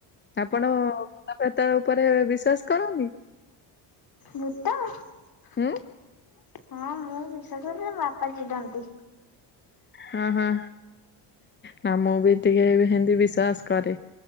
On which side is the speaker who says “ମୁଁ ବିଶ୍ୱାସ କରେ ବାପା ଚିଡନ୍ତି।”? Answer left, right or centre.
Left